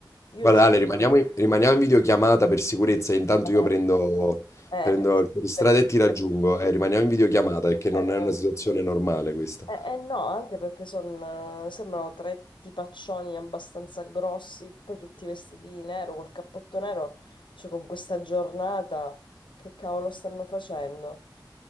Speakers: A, on the left; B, on the left.
A: Io
B: guarda,
A: giro...
B: Ale, rimaniamo in, rimaniamo in videochiamata per sicurezza, intanto io
A: Eh,
B: prendo,
A: eh,
B: prendo il fuoristrada
A: per...
B: e ti raggiungo,
A: eh,
B: eh, rimaniamo in videochiamata perché non
A: eh,
B: è una situazione normale questa.
A: eh, eh, no, anche perché son, eh, sembrano tre tipaccioni abbastanza grossi, poi tutti vestiti di nero, col cappotto nero, cioè con questa giornata, che cavolo stanno facendo?